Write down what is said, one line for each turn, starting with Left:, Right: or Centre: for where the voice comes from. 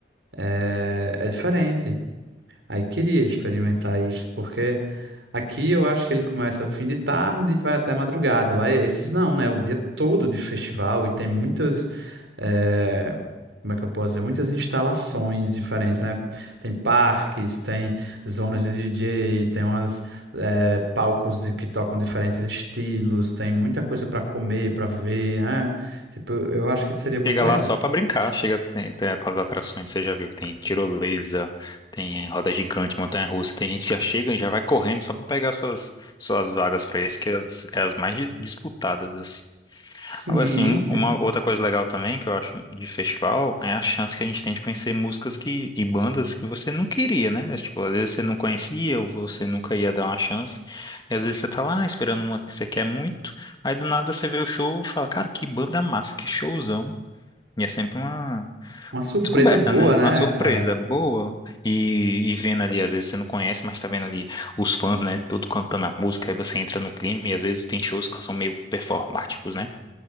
Right: é, é diferente. Aí queria experimentar isso, porque aqui eu acho que ele começa fim de tarde e vai até madrugada. Lá é, esses não, né? O dia todo de festival e tem muitas, eh, como é que eu posso dizer? Muitas instalações diferentes, né? Tem parques, tem zonas de DJ, tem umas, eh, palcos de- que tocam diferentes estilos, tem muita coisa para comer, para ver, né? Tipo, eu acho que seria muito
Left: Chega
Right: legal.
Left: lá só pra brincar, chega, tem, tem aquelas atrações, você já viu que tem tirolesa, tem roda gigante, montanha-russa, tem gente que já chega e já vai correndo só pra pegar suas, suas vagas pra isso, que é as, é as mais di- disputadas, assim.
Right: Sim,
Left: Agora, assim, um-
Right: sim.
Left: uma outra coisa legal também que eu acho de festival é a chance que a gente tem de conhecer músicas que, e bandas que você não queria, né? É, Tipo, às vezes você não conhecia ou você nunca ia dar uma chance. E às vezes você tá lá esperando uma que você quer muito, aí do nada você vê o show e fala, cara, que banda massa, que showzão. E é sempre uma
Right: Uma surpresa
Left: descoberta,
Right: boa,
Left: né?
Right: né,
Left: Uma surpresa
Right: cara?
Left: boa. E, e vendo ali, às vezes você não conhece, mas tá vendo ali os fãs, né? Todo cantando a música, aí você entra no clima e às vezes tem shows que são meio performáticos, né?